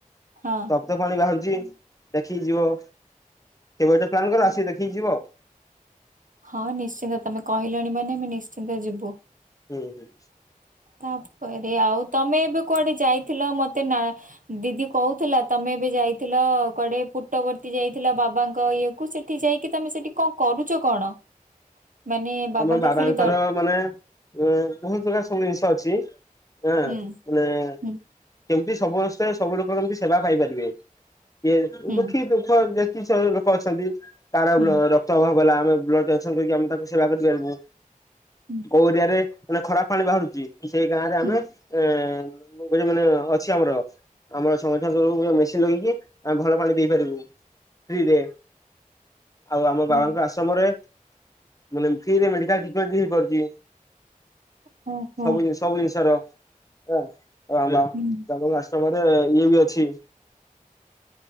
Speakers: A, on the right; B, on the left.
A: ହଁ।
B: ତପ୍ତପାଣି ବାହାରୁଚି ଦେଖିକି ଯିବ। କେବେ ଗୋଟେ ପ୍ଲାନ୍ କର ଆସି ଦେଖିକି ଯିବ।
A: ହଁ ନିଶ୍ଚିନ୍ତ ତମେ କହିଲଣି ମାନେ ଆମେ ନିଶ୍ଚିନ୍ତ ଯିବୁ।
B: ହୁଁ ହୁଁ।
A: ତାପରେ ଆଉ ତମେ ଏବେ କୁଆଡେ ଯାଇଥିଲ ମତେ ନା। ଦିଦି କହୁଥିଲା ତମେ ଏବେ ଯାଇଥିଲ କୁଆଡେ ପୁଟବର୍ତ୍ତୀ ଯାଇଥିଲ ବାବାଙ୍କ ଇଏ କୁ ସେ ଠି ଯାଇକି ତମେ ସେଠି କଣ କରୁଚ କଣ? ମାନେ
B: ଆମ ବାବାଙ୍କର
A: ଖାଲି ଦ
B: ମାନେ। ଏଁ ବହୁତ୍ ପ୍ରକାର୍ ସବୁ ଜିନଷ ଅଛି ଆଁ
A: ହୁଁ
B: ମାନେ।
A: ହୁଁ
B: କେମତି ସମସ୍ତେ ସବୁ ଲୋକ କେମିତି ସେବା ପାଇପାରିବେ। ଇଏ ଦୁଃଖୀ
A: ହୁଁ
B: ଦୁଃଖ ଯେକି ଜଣେ ଲୋକ ଅଛନ୍ତି ତାର
A: ହୁଁ
B: ର କ୍ତ ଅଭାବ ହେଲା ଆମେ ବ୍ଲଡ଼ଟେଷ୍ଟ କରିକି ଆମେ ତାକୁ ସେବା କରିପାରିବୁ
A: ହୁଁ
B: କୋଉ ଏରିଆରେ। ମାନେ ଖରାପ୍ ପାଣି ବାହାରୁଚି ସେ ଗାଁରେ
A: ହୁଁ
B: ଆମେ ଏଁ ଗୋଟେ ମାନେ ଅଛି ଆମର। ଆମର ସଂଗଠନ ତରଫରୁ ଗୋଟେ ମେସିନ୍ ଲଗେଇକି ଆମେ ଭଲ ପାଣି ପିଇପାରିବୁ ଫ୍ରି ରେ। ଆଉ ଆମ
A: ହୁଁ
B: ବାବାଙ୍କ ଆଶ୍ରମରେ। ମାନେ ଏମ୍ତିରେ ମେଡିକାଲ ଟ୍ରିଟମେଣ୍ଟ ବି ହେଇପାରୁଚି
A: ଓହୋ
B: ସବୁ ଜିନ ସବୁ ଜିନଷ ର ଆ
A: ହୁଁ
B: ତାଙ୍କ ଆଶ୍ରମରେ ଇଏ ବି ଅଛି।